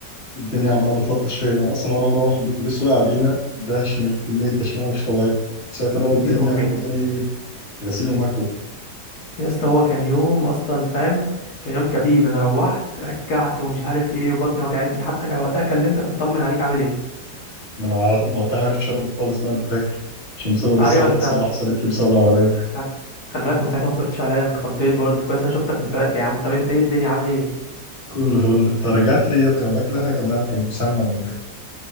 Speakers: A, on the left; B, on the left.
A: الدنيا عماله بتلطش فيا انا اصلا وانا مروح الاتوبيس وقع بينا دهش من كميه دشمله مش طبيعيه ساعتها بقى والدنيا
B: نتين امي
A: واخداني ايه غسيل ومكوى
B: يا اسطى هو كان يوم اصلا فاهم كان يوم كبيز انا روحت رجعت ومش عارف ايه وبطني وجعتني حتى كان وقتها كلمتك اطمن عليك عامل ايه
A: ما انا على- وقتها ما عرفتش ارد خالص بقى انت فاكر عشان بسبب
B: ايوه
A: بس الحادثه
B: انت
A: اللي حصلت لي بسبب العربيه دي.
B: خل... خلي بالك من ساعتها ما بتردش عليا انا اتخضيت برضه كويس انا شفتك دلوقتي يا عم طب انت ايه الدنيا عامل ايه
A: كله فل انت رجعت ليه يا ابني ولا الاكل اللي احنا كلناه ما كان مسمم ولا ايه